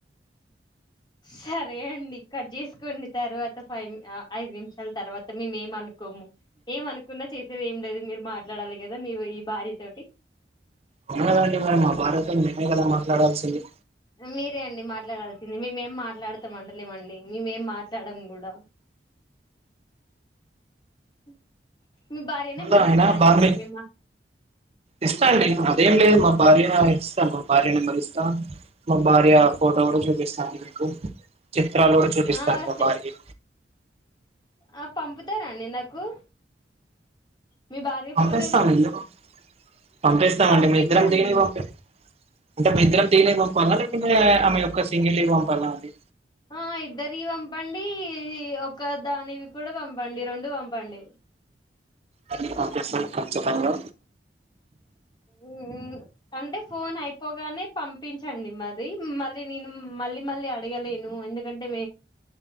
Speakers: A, on the left; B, on the right.
A: సరే అండి కట్ చేసుకోండి తర్వాత ఫైవ్ ఐదు నిమిషాల తర్వాత మేమేం అను ఏమ అనుకున్నా చేసేది ఏం లేదు మీరు మా మాట్లాడాలి కదా మీ ఈ భార్య తోటి
B: అవునదండి మరి మా భార్యతో మేమే కదా మాట్లాడాల్సింది
A: మీరే అండి మాట్లాడాల్సింది మేమేం మాట్ మాట్లాడుతాం అంటలేమండి మేమేం మాట్లాడం కూడా <inaudible> భార్యనే
B: మళ్ళ
A: మరి
B: అయనా
A: ఇస్తారండి
B: బార్మి
A: మాకు మేము
B: ఇస్తా అండి అదేం లేదు మ భార్య ఇస్తా మా భార్య నెంబరి ఇస్తా మా భార్య ఫోటో కూడా చూపిస్తాను మీకు చిత్రాలు కూడా చూపిస్తా
A: ఆ
B: మా
A: సే
B: బార్యవి
A: ఆ పంపుతారాండి నాకు మీ భార్య
B: పంపిస్తాను
A: ఫోటోలు
B: ఎందుకు పంపిస్తామండి
A: పంపించండి
B: మేం ఇద్దరం దిగని ఓకే అంటే మేం ఇద్దరం దిగినవి పంపాలన లేక ఆమె యొక్క సింగిల్వి పంపాలన అది
A: ఆ ఇద్దరివి పంపండి ఒక దానివి కూడా పంపండి రెండు పంపండి
B: ఆ పంపిస్తాను ఖచ్చితంగా
A: మ్మ్. అంటే ఫోన్ అయిపోగానే పంపించండి మరి మళ్ళీ నేను మళ్ళీ మళ్ళీ అడగలేను ఎందుకంటే